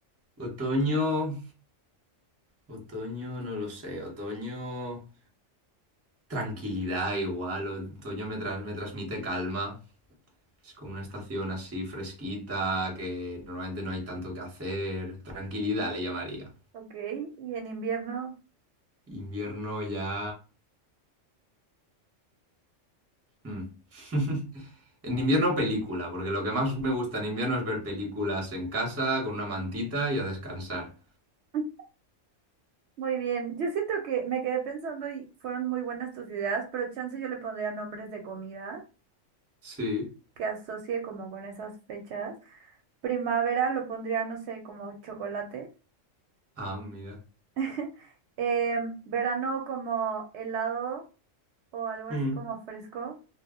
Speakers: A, on the right (about 15°); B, on the right (about 65°).
A: otoño, otoño, no lo sé, otoño... tranquilidad igual. Otoño me, tra- me transmite calma. Es como una estación así fresquita, que normalmente no hay tanto que hacer. Tranquilidad le llamaría.
B: ok, y en invierno,
A: Invierno ya... mm. En invierno película, porque lo que más me gusta en invierno es ver películas en casa, con una mantita y a descansar.
B: <laughs> muy bien. Yo siento que me quedé pensando y fueron muy buenas tus ideas, pero chance yo le pondría nombres de comida.
A: Sí.
B: que asocie como con esas fechas. Primavera lo pondría, no sé, como chocolate.
A: Ah, mira.
B: <laughs> Em, verano como helado o algo así
A: Mm,
B: como fresco.